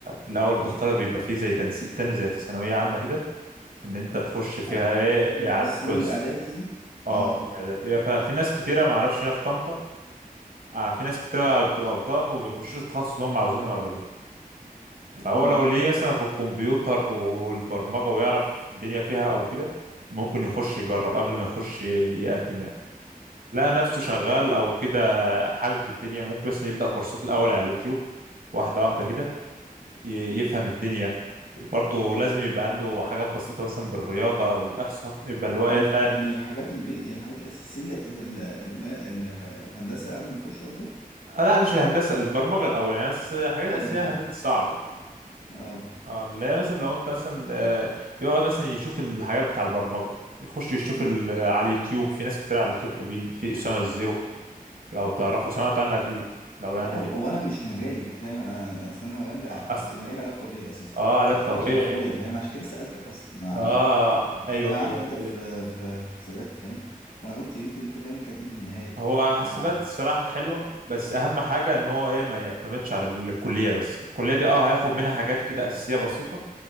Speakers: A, on the right (about 70°); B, on the left (about 70°).
A: الاول بتختار بيبقى فيه زي تنسيق تاني زي ثانوية عامة كده ان انت تخش فيها
B: آه،
A: ايه
B: آه،
A: إيه على
B: السنه
A: القسم
B: الاعدادي دي
A: اه
B: اه
A: الاعدادية ففي ناس كتيرة ما اعرفش هنا في طنطا آه في ناس كتيرة بتبقى في ضان وبيخشوش التخصص اللي هم عاوزينهم اغلبيتها فهو
B: امم
A: لو ليه مثلا في الكمبيوتر والبرمجة ويعرف الدنيا فيها او كده ممكن يخش يجرب قبل ما يخش يقدم يعني. لقى نفسه شغال او كده حابب الدنيا ممكن مثلا يبدأ كورسات الاول على اليوتيوب واحده واحده كده ي- يفهم الدنيا برضه لازم يبقى عنده حاجات بسيطه مثلا بالرياضه او الاحصاء يبقى اللي هو ايه
B: انت
A: فاهم
B: يعني حاجات البيت يعني الحاجات الاساسيه بتاعت ال... ال... ال... الهندسه قبل ما يخش قصدك
A: آه، لا مش الهندسه البرمجه الاول يعني أس- حاجات
B: برمجه
A: اساسيه الهندسه دي صعبه
B: اه
A: آه، اللي هي مثلا لو انت مثلا آه، يقعد مثلا يشوف الحاجات بتاع البرمجه يخش يشوف
B: مم.
A: ال- على اليوتيوب في ناس كتير على اليوتيوب حلوين في اسامه الزيرو لو تعرفوا سمعت عنها اكيد لو يعني
B: لا هو هو انا مش مجالي انت فاهم انا أنا- اصل انا مجال انا
A: أصل
B: مجالي علاج طبيعي اساسا
A: اه علاج
B: بس
A: طبيعي
B: انا عشان اخويا فاهم عشان كده سالتك اصلا انا
A: اه
B: عشان
A: ايوه
B: انا
A: ايوه
B: عارف إن انت
A: فهمت
B: في في في حسابات فاهم فانا قلت يمكن انت فاهم انت هتجيب لي النهايه
A: هو حاسبات
B: انا
A: الصراحه حلوه بس اهم حاجه ان هو ايه ما يعتمدش على الكليه بس الكليه دي اه هياخد منها حاجات كده اساسيه بسيطه
B: مم.